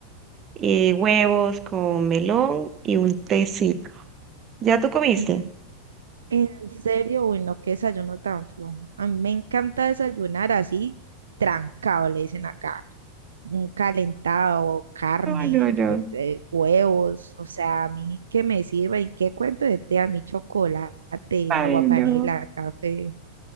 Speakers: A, on the right; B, on the right.
A: eh, huevos con melón y un tecito. ¿Ya tú comiste?
B: En, en serio, bueno, qué desayuno tan flojo. A mí me encanta desayunar así, trancado, le dicen acá. Un calentado, carne,
A: Ay, no, no.
B: fr- eh, huevos, o sea, a mí que me sirva y qué cuento de té, a mí chocolate,
A: Ay,
B: agua
A: no.
B: panela, café.